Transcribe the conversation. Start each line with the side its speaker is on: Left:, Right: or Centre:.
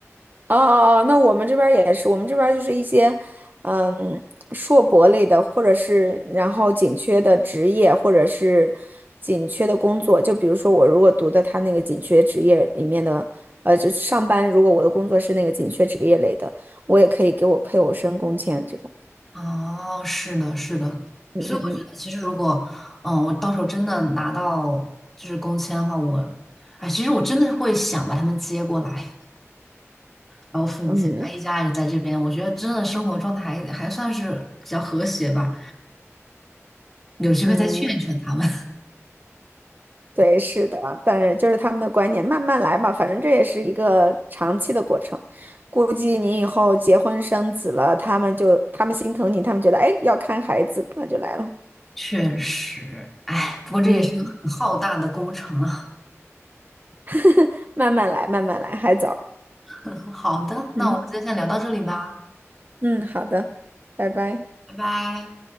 Right: 哦哦哦，那我们这边儿也是，我们这边儿就是一些，嗯，硕博类的，或者是然后紧缺的职业，或者是紧缺的工作。就比如说我如果读的他那个紧缺职业里面的，呃，就是上班，如果我的工作是那个紧缺职业类的，我也可以给我配偶申工签这种。
Centre: 哦，是的，是的。
Right: 嗯嗯
Centre: 所以我觉得，其实如果嗯，我到时候真的拿到就是工签的话，我哎，其实我真的会想把他们接过来，然后父母接过来一家人在这边，
Right: 嗯嗯
Centre: 我觉得真的生活状态还还算是比较和谐吧。有机会再劝一劝他们。
Right: 嗯对，是的，但是就是他们的观念，慢慢来吧，反正这也是一个长期的过程。估计你以后结婚生子了，他们就他们心疼你，他们觉得哎要看孩子，那就来了。
Centre: 确实，哎，不过这也是个很浩大的工程啊。
Right: 嗯，<laughs> 慢慢来，慢慢来，还早。
Centre: <laughs> 好的，那我们就先聊到这里吧，
Right: 嗯嗯，好的，拜拜。
Centre: 拜拜。